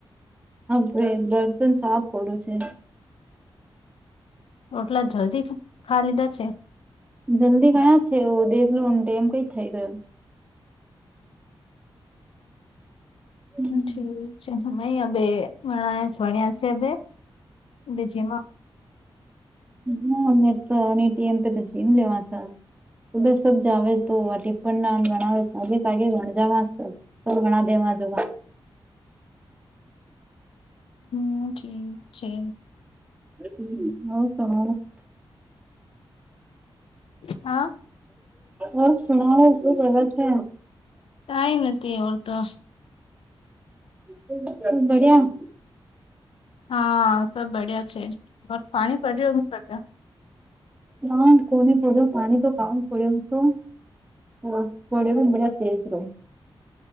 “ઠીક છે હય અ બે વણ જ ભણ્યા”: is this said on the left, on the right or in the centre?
Left